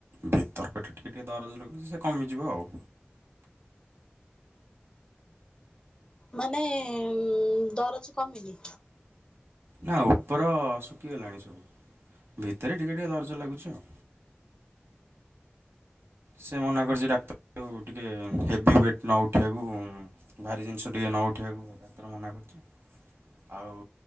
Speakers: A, on the right; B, on the left.
A: ଭିତର ପେଟ ଟିକେ ଟିକେ ଦରଜ ଲଗୁଛି ସେ କମିଯିବ ଆଉ।
B: ମାନେ ଉ ଦରଜ କମିନି?
A: ନା ଉପର ଶୁଖିଗଲାଣି ସବୁ ଭିତରେ ଟିକେ ଟିକେ ଦରଜ ଲାଗୁଛି ଆଉ। ସେ ମନା କରିଛି ଡାକ୍ତର ଟିକେ ହେଭି ୱେଟ୍ ନ ଉଠିବାକୁ। ଭାରି ଜିନିଷ ଟିକିଏ ନ ଉଠାଇବାକୁ ଡାକ୍ତର ମନା କରୁଚି। ଆଉ